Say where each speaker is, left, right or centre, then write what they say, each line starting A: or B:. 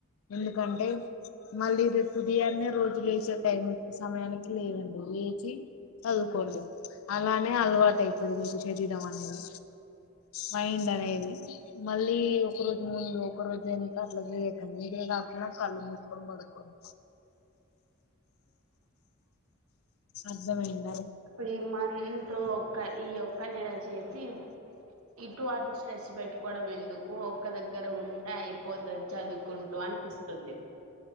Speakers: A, on the left; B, on the right.
A: ఎందుకంటే మళ్ళీ రేపు ఉదియాన్నే రోజు లేసే టైంకి సమయానికి లేవండి లేచి చదువుకోండి అలానే అలవాటు అయ్తది మీకు శరీరం అనేది మైండ్ అనేది మళ్ళీ ఒక రోజు ముందు ఒక రోజు ఎనుక అట్ల జేయకన్ నిదుర రా కెనా కళ్ళు మూసుకొని బడుకోన్ అర్థమైంది
B: ఇప్పుడు ఈ మంథ్ ఒక్క ఈ ఒక్క నెల చేసి ఇటు అటు స్ట్రెస్ బెట్టుకోవడం ఎందుకు ఒక్క దగ్గర ఉంటే అయిపోతద్ చదువుకున్ టు అన్పిస్తుంది